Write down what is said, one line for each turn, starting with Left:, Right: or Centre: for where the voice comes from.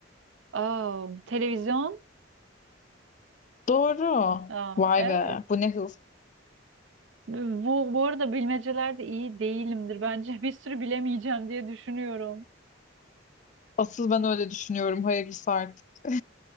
Right: Aa, televizyon?
Left: Doğru.
Right: Aa,
Left: Vay
Right: evet.
Left: be. Bu ne hız.
Right: Bu, bu arada bilmecelerde iyi değilimdir. Bence bir sürü bilemeyeceğim diye düşünüyorum.
Left: Asıl ben öyle düşünüyorum. Hayırlısı artık. <laughs>